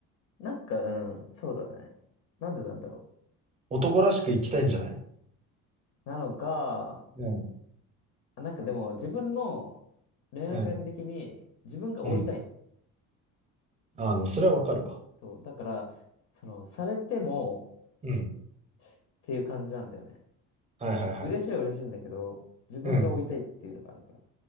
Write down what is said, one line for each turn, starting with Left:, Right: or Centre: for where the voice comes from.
Left: なんか、うん、そうだね。なんでなんだろ
Right: 男らしく生きたいんじゃない
Left: う。なのか、
Right: うん、
Left: あなんかでも自分の恋愛観的に自分が追いたいの。
Right: うん、うん。あの、それはわかるわ。
Left: そう。だから、その、されても
Right: うん。
Left: っていう感じなんだよね。
Right: はいはいはい。
Left: 嬉しいは嬉しいんだけど、自分が追いたいっていうのがあるから。
Right: うん。